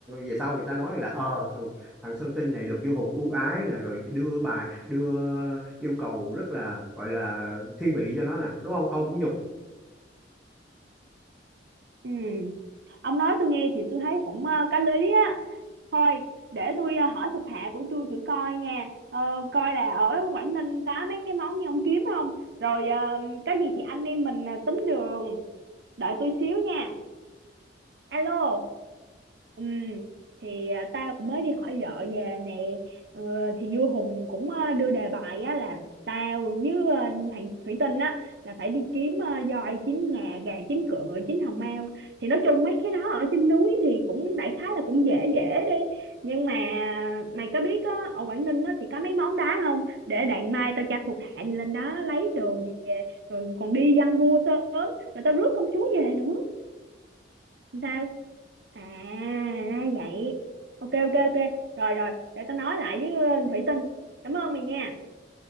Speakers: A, in the centre; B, on the right.
A: về sau người ta nói là ờ thằng thằng Sơn Tinh này được vua hục ưu ái nè rồi đưa bài đưa yêu cầu rất là gọi là thiên vị cho nó nè đúng không ông cũng nhục
B: ừ. ông nói tôi nghe thì tôi thấy cũng ờ, có lý á thôi để tôi ờ, hỏi thuộc hạ của tôi thử coi nha Ờ, coi là ở Quảng Ninh có mấy cái món như ông kiếm không rồi ờ, có gì thì anh em mình ờ, tính đường đợi tôi xíu nha alo ừ thì à, tao cũng mới đi hỏi vợ về nè Ờ, thì vua Hùng cũng ờ, đưa đề bài á là tao với ờ, thằng Thủy Tinh á là phải đi kiếm uh, voi chín ngà gà chín cựa ngựa chín hồng mao thì nói chung mấy cái đó ở trên núi thì cũng đại khái là cũng dễ dễ đi nhưng mà mày có biết á ở Quảng Ninh á thì có mấy món đá không để đặng mai tao cho thuộc hạ đi lên đó lấy đồ về rồi còn đi văn vua sớm rồi tao rước công chúa về nữa sao à ra vậy ok ok ok rồi rồi để tao nói lại với ờ, thủy tinh cảm ơn mày nha